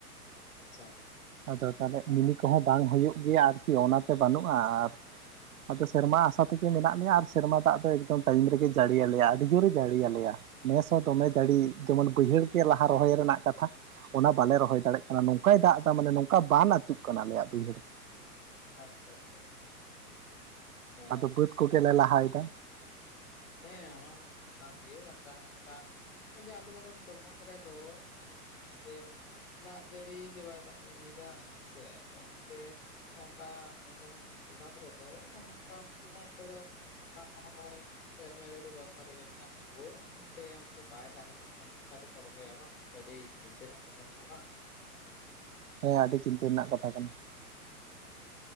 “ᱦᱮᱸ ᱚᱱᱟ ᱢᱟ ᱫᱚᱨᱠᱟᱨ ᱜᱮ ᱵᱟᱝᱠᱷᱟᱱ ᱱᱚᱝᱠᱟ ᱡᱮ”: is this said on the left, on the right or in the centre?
Left